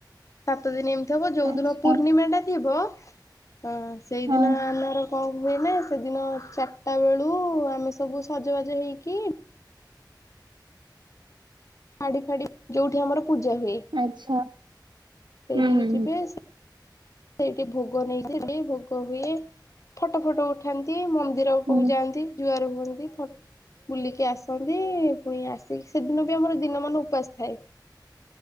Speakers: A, on the left; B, on the right.
A: ସାତ ଦିନ ଏମିତି ହବ। ଯୋଉ
B: ଆଚ୍ଛା
A: ଦିନ ପୂର୍ଣ୍ଣିମା ଟା ଥିବ ହଁ ସେଇଦିନ
B: ହଁ
A: ଆମର କଣ ହୁଏ ନା ସେଦିନ ଚାରିଟା ବେଳୁ-ଉ-ଉ ଆମେ ସବୁ ସଜବାଜ ହେଇକି ଫାଡି ଫାଡି ଯୋଉଠି ଆମର ପୂଜା ହୁଏ ସେଇଠିକି
B: ଆଚ୍ଛା ହୁଁ ହୁଁ
A: ଯିବେ ସେଇଠି ଭୋଗ ନେଇଥିଲି ଭୋଗ ହୁଏ ଫଟୋ ଫଟୋ ଉଠାନ୍ତି ମନ୍ଦି ମନ୍ଦିର
B: ହୁଁ
A: ପାକୁ
B: ହୁଁ
A: ଯାଆନ୍ତି ଜୁଆର ହୁଅନ୍ତି। ଟ ବୁଲିକି ଆସନ୍ତି ପୁଣି ଆସିକି ସେଦିନ ବି ଆମର ଦିନ ମାନ ଉପାସ ଥାଏ।